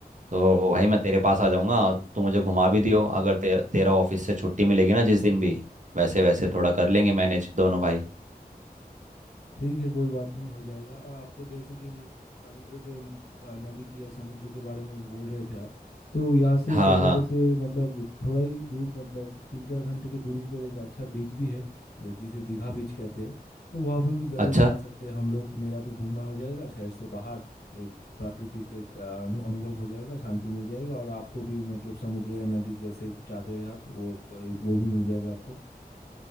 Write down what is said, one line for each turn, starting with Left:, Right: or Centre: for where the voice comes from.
Right: तो भाई मैं तेरे पास आ जाऊंगा और तू मुझे घुमा भी दियो अगर ते, तेरा ऑफिस से छुट्टी मिलेगी ना जिस दिन भी वैसे वैसे थोड़ा कर लेंगे मैनेज दोनों भाई
Left: ठीक है कोई बात नहीं हो जाएगा और आपको जैसे कि नि- समुद्र के म, अ, नदी की या समुद्र के बारे में बोल रहे थे आप तो यहाँ से
Right: हाँ
Left: कोलकाता
Right: हाँ
Left: से मतलब थोड़ा ही दूर मतलब तीन चार घंटे की दूरी पर एक अच्छा बीच भी है अ, जिसे दीघा बीच कहते हैं तो वहाँ पे भी ज़रूर
Right: अच्छा
Left: जा सकते हैं हम लोग मेरा भी घूमना हो जाएगा शहर से बाहर एक प्राकृतिक एक अ, अनु अनुभव हो जाएगा शांति मिल जाएगा और आपको भी मतलब समुद्र या नदी जैसे चाहते हैं आप वो वो वो भी मिल जाएगा आपको